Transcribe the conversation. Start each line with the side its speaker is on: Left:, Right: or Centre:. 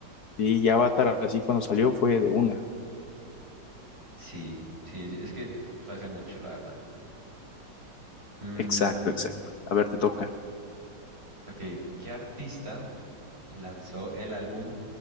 Left: y Avatar así cuando salió fue de una.
Right: Sí, sí, es que fue hace mucho, la verdad. Mm,
Left: Exacto, exacto. A ver, te toca.
Right: ok, ¿qué artista lanzó el álbum